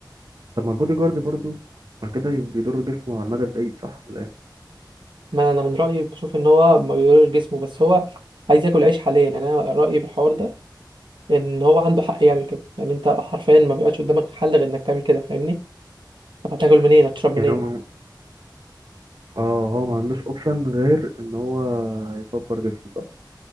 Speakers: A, on the right (about 60°); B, on the right (about 80°).
A: طب ما البودي جارد برضه ما كده بيضر جسمه على المدى البعيد صح ولا إيه؟
B: ما انا من رايي بشوف ان هو ما بيقولش جسمه بس هو عايز ياكل عيش حاليا يعني انا رايي في الحوار ده ان هو عنده حق يعمل كده يعني انت حرفيا ما بيبقاش قدامك حل غير انك تعمل كده فاهمني طب هتاكل منين هتشرب منين
A: يعني هو ما- اه هو ما عندوش اوبشن غير ان هو يكبر جسمه صح